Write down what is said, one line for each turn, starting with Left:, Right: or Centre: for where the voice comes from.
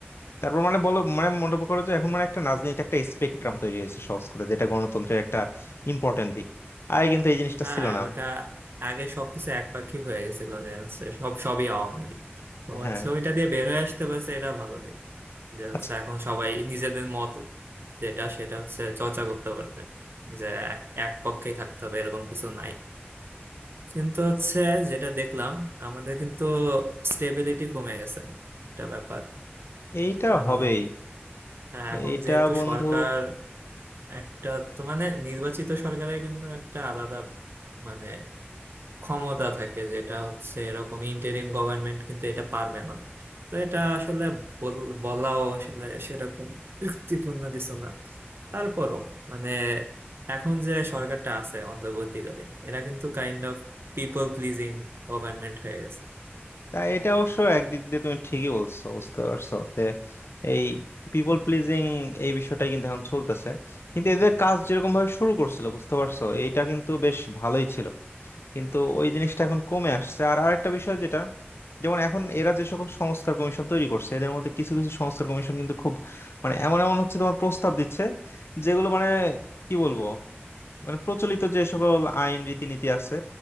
Left: তারপর মানে বলো মানে মনে করো যে এখন মানে একটা রাজনীতি একটা স্পেকট্রাম তৈরি হয়েছে সহজ করে যেটা গণতন্ত্রের একটা ইম্পর্টেন্ট দিক আগে কিন্তু এই জিনিসটা
Right: হ্যাঁ
Left: ছিল না
Right: ওটা আগে সবকিছু একপাক্ষিক হয়ে গেছিল যে হচ্ছে সব সবই আওয়ামী লীগ তো
Left: হ্যাঁ
Right: হচ্ছে ওইটা দিয়ে বের হয়ে আসতে পারছে এটা ভালো দিক যে হচ্ছে
Left: আচ্ছা
Right: এখন সবাই নিজেদের মত যেটা সেটা হচ্ছে চর্চা করতে পারবে যে এক এক পক্ষেই থাকতে হবে এরকম কিছু নাই কিন্তু হচ্ছে যেটা দেখলাম আমাদের কিন্তু স্টেবিলিটি কমে গেছে একটা ব্যাপার
Left: এইটা
Right: কারণ
Left: হবেই
Right: হ্যাঁ, এখন
Left: এইটা
Right: যেহেতু
Left: বন্ধু
Right: সরকার একটা তো মানে নির্বাচিত সরকারের কিন্তু একটা আলাদা মানে ক্ষমতা থাকে যেটা হচ্ছে এরকম ইন্টারিম গভর্নমেন্ট কিন্তু এটা পারবে না তো এটা আসলে বল- বলাও আসলে সেরকম যুক্তিপূর্ণ কিছু না তারপরও মানে এখন যে সরকারটা আছে অন্তর্বর্তীকালীন এরা কিন্তু kind of people pleasing government হয়ে গেছে
Left: তা এটা অবশ্য একদিক দিয়ে তুমি ঠিকই বলছো বুঝতে পারছো যে এই পিপল প্লিজিং এই বিষয়টাই কিন্তু এখন চলতেছে কিন্তু এদের কাজ যেরকম ভাবে শুরু করছিল বুঝতে পারছো এইটা কিন্তু বেশ ভালোই ছিল কিন্তু ওই জিনিসটা এখন কমে আসছে আর আরেকটা বিষয় যেটা যেমন এখন এরা যে সকল সংস্কার কমিশন তৈরি করছে এদের মধ্যে কিছু কিছু সংস্কার কমিশন কিন্তু খুব মানে এমন এমন হচ্ছে তোমার প্রস্তাব দিচ্ছে যেগুলো মানে কি বলবো মানে প্রচলিত যে সকল আইন রীতিনীতি আছে